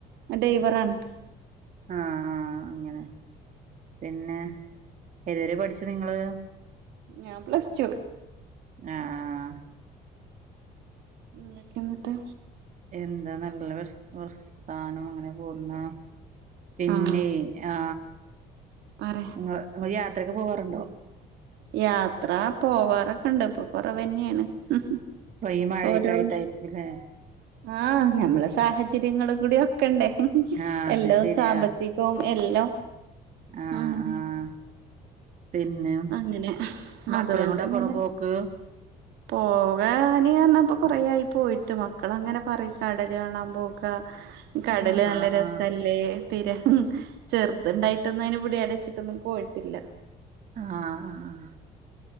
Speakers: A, on the right; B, on the right.
A: ഡൈവറാണ്
B: ആഹ് ആഹ് അങ്ങനെ പിന്നെ ഏതുവരെ പഠിച്ചു നിങ്ങള്
A: ഞാൻ പ്ലസ് ടു
B: ആഹ്
A: എന്തൊക്കെ എന്നിട്ട്
B: എന്താ നല്ല വർസ വർസ്ത്താനം അങ്ങനെ പോകുന്ന പിന്നെയ്
A: ആഹ്
B: ആ
A: പറ
B: ഇങ്ങ ഇങ്ങള് യാത്രയൊക്കെ പോകാറുണ്ടോ
A: യാത്ര പോവാറൊക്കെ ഇണ്ട് ഇപ്പൊ കൊറവന്നേണ് ഉം
B: ഇപ്പൊ ഈ മഴയൊക്കെ
A: ഓരോ
B: ആയിട്ടായിരിക്കുംല്ലേ
A: ആ ഞമ്മളെ സാഹചര്യങ്ങള് കൂടി ഒക്ക
B: ആഹ് അത്
A: എല്ലാം
B: ശരിയാ
A: സാമ്പത്തികവും എല്ലാം
B: ആഹ്
A: ഉം
B: ആഹ് പിന്നെ
A: അങ്ങനെ
B: മക്കളെയും
A: അതുകൊണ്ട്
B: കൊണ്ടാ
A: ഇങ്ങനെ
B: പോണ പോക്ക്
A: പോകാന് അറഞ്ഞ ഇപ്പൊ കൊറേ ആയി പോയിട്ട് മക്കൾ അങ്ങനെ പറയും കടല് കാണാൻ പോകാ കടല്
B: ആഹ്
A: നല്ല രസല്ലേ
B: ആഹ്
A: തീരം ചെറുതുണ്ടായിട്ടൊന്നും അയിന് ഇവിടെ അവിടെ വെച്ചിട്ടൊന്നും പോയിട്ടില്ല
B: ആഹ്